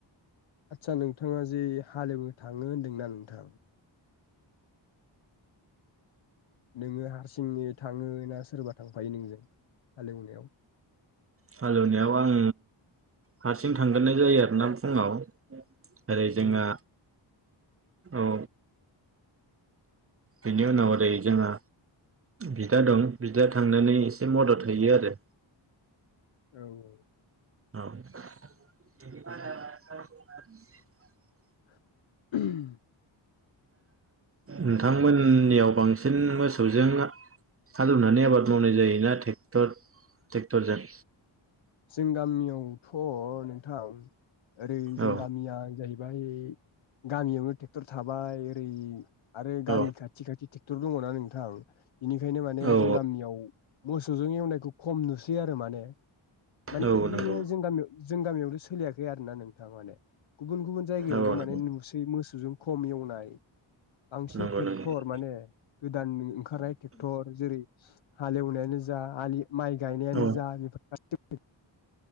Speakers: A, on the left; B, on the right.
A: आदसा नोंथाङा जे हालेवनो थाङो होनदोंना नोंथां नोङो हारसिंनो थाङो ना सोरबा थांफायो नोंजों हालेवनायाव
B: हालेवनायाव आं हारसिं थांग्रोनाय जायो आरोना फुङाव ओरै जोंना
A: औ
B: औ बेनि उनाव ओरै जोंहा बिदा दं बिदाया थांनानै एसे मदद हैयो आरो
A: औ
B: औ
A: <unintelligible>
B: नोंथांमोन उननियाव बांसिन मोसौजों हालेवनानै आबाद मावनाय जायोना ट्रेक्टर ट्रेक्टरजों
A: जों गामियाव अ नोंथां ओरै जों
B: औ
A: गामिया जाहैबाय ओमफ्राय गामियावनो ट्रेक्टर थाबाय ओरै आरो गामि
B: औ
A: खाथि खाथि ट्रेक्टर दङना नोंथां बेनिखायनो माने
B: औ
A: जों गामियाव मोसौजों एवनायखौ खम नुसै बिब्दि आरो माने माने
B: औ
A: बेयो
B: नंगौ
A: जों गामियाव जों गामियावनो सोलियाखै आरोना नोंथां माने गुबुन गुबुन जायगायावबो
B: औ नंगौ
A: माने नुसै मोसौ जों खम एवनाय बांसिन
B: नंगौ
A: ट्रेक्टर
B: नंगौ
A: माने गोदान ओंखारनाय ट्रेक्टर जेरै हालेवनायानो जा आलि माइ गायनायानो
B: औ
A: जा बेफोर <unintelligible>